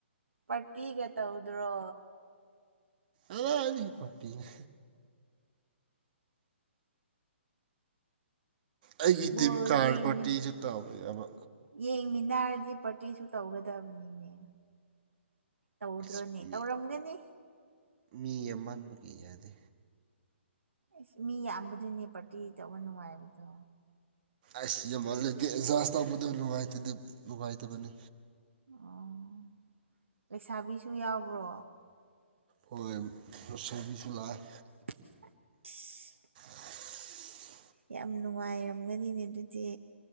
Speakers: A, on the right; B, on the right.
A: ꯄ꯭ꯔꯇꯤꯒ ꯇꯧꯗ꯭ꯔꯣ
B: ꯑꯂꯥꯏꯕꯤꯒꯤ ꯄꯥꯔꯇꯤꯅꯦ ꯑꯩꯒꯤ
A: ꯕꯣꯜ
B: ꯇꯤꯝ ꯀꯥꯔ
A: ꯌꯦꯡꯃꯤꯟ
B: ꯄꯥꯔꯇꯤꯁꯨ ꯇꯧꯕ ꯌꯥꯕ
A: ꯌꯦꯡꯃꯤꯟꯅꯔꯗꯤ ꯄꯥꯔꯇꯤ ꯁꯨ ꯇꯧꯒꯗꯕꯅꯤꯅꯦ ꯇꯧꯗ꯭ꯔꯣꯅꯦ
B: ꯑꯁ ꯃꯤ
A: ꯇꯧꯔꯝꯒꯅꯤ
B: ꯃꯤ ꯑꯃ ꯃꯥꯟꯕꯒꯤ ꯌꯥꯗꯦ
A: ꯑꯁ ꯃꯤ ꯌꯥꯝꯕꯗꯨꯅꯦ ꯄꯥꯔꯇꯤ ꯇꯧꯕ ꯅꯨꯡꯉꯥꯏꯕꯗꯣ
B: ꯑꯁ ꯌꯨꯝ ꯍꯟꯂꯗꯤ ꯔꯤꯆꯥꯔꯁ ꯇꯧꯕꯗꯨ ꯅꯨꯡꯉꯥꯏꯇꯦꯗ ꯅꯨꯡꯉꯥꯏꯇꯕꯅꯤ꯫
A: ꯑꯣ ꯂꯩꯁꯥꯕꯤꯁꯨ ꯌꯥꯎꯕ꯭ꯔꯣ
B: ꯍꯣꯏ ꯁꯔꯕꯤꯁꯨ ꯂꯥꯛꯑꯦ
A: <inaudible>
B: <inaudible>
A: ꯌꯥꯝ ꯅꯨꯡꯉꯥꯏꯔꯝꯒꯅꯤꯅꯦ ꯗꯨꯗꯤ